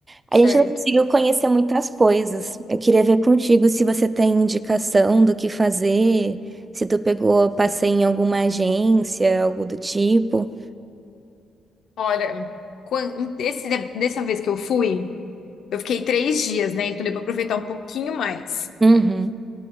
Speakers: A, on the right; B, on the left.
A: A
B: certo.
A: gente não conseguiu conhecer muitas coisas. Eu queria ver contigo se você tem indicação do que fazer, se tu pegou passeio em alguma agência, algo do tipo.
B: Olha, quan- esse, dessa vez que eu fui, eu fiquei três dias, né? Então deu pra aproveitar um pouquinho mais.
A: Uhum.